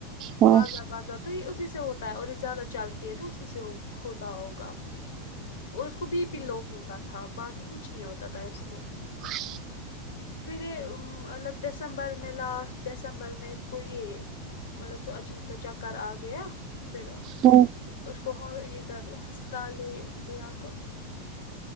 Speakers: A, on the right; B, on the left.
A: ہاں
B: بازار بازار تو یہ اسی سے ہوتا ہے اور یہ زیادہ چلتی ہے تو اسی سے ہو ہوتا ہوگا اور اس کو بی پی لو ہوتا تھا باقی کچھ نہیں ہوتا تھا اس کو
A: <unintelligible>
B: پھر یہ ام مطلب دسمبر میں لاسٹ دسمبر میں اس کو یہ مطلب اسے عجیب سا چکر آ گیا پھر
A: ہاں
B: اس کو ہو ادھر ہسپتال لی لیا تو